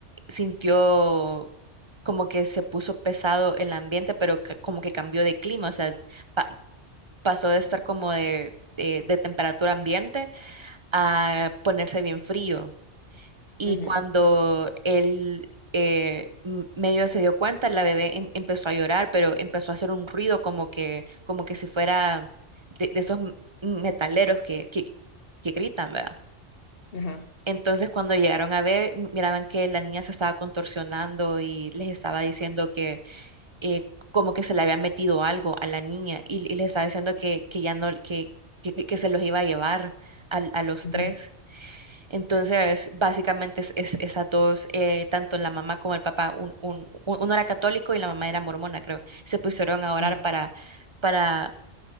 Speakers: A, on the right; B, on the left.
A: sintió... como que se puso pesado el ambiente, pero ca- como que cambió de clima, o sea, pa- pasó de estar como de, de de temperatura ambiente a ponerse bien frío. Y
B: ujú,
A: cuando él eh, m- medio se dio cuenta, la bebé em- empezó a llorar, pero empezó a hacer un ruido como que, como que si fuera de, de esos m- metaleros que, que, que gritan, ¿verdad?
B: ajá.
A: Entonces cuando llegaron a ver, m- miraban que la niña se estaba contorsionando y les estaba diciendo que eh, como que se le había metido algo a la niña y, y les estaba diciendo que, que ya no, que, que, que se los iba a llevar al- a los
B: Ujú,
A: tres. Entonces, básicamente es, es- esas dos, eh, tanto la mamá como el papá, un, un- un- uno era católico y la mamá era mormona, creo, se pusieron a orar
B: ujú,
A: para, para,